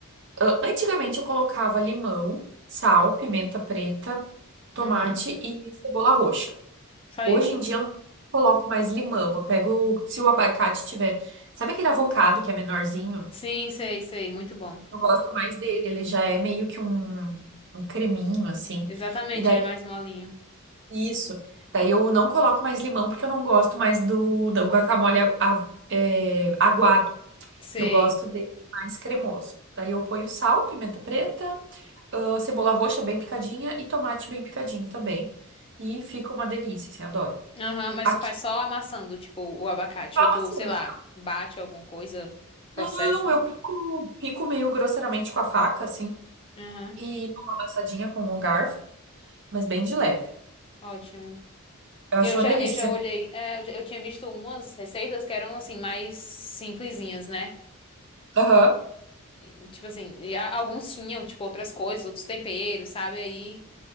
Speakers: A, on the right (about 55°); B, on the left (about 25°).
A: ah, Antigamente eu colocava limão, sal, pimenta preta, tomate
B: Uhum.
A: e cebola roxa.
B: Só
A: Hoje
B: isso.
A: em dia eu não coloco mais limão. Eu pego, se o abacate tiver. Sabe aquele avocado que é menorzinho?
B: Sim, sei, sei, muito bom.
A: Eu gosto mais dele. Ele já é meio que um, um creminho, assim.
B: Exatamente,
A: E daí,
B: ele é mais molinho.
A: isso. Daí eu não coloco mais limão porque eu não gosto mais do, do guacamole agu- a- é, aguado.
B: Sei.
A: Eu gosto dele mais cremoso. Daí eu ponho sal, pimenta preta, ah, cebola roxa bem picadinha e tomate bem picadinho também. E fica uma delícia, assim, adoro.
B: Aham, mas
A: Aqui,
B: tu faz só amassando, tipo, o abacate.
A: toma
B: Ou tu,
A: assim.
B: sei lá, bate alguma coisa, processa.
A: Não, eu pico, pico meio grosseiramente com a faca, assim,
B: Aham,
A: e dou uma amassadinha com o garfo, mas bem de leve.
B: ótimo.
A: Eu acho
B: Eu já,
A: uma delícia.
B: eu já olhei,
A: Senta...
B: é, eu, já- eu tinha visto umas receitas que eram, assim, mais simplesinhas, né?
A: Aham.
B: E, Tipo assim, e a- alguns tinham, tipo, outras coisas, outros temperos, sabe? Aí,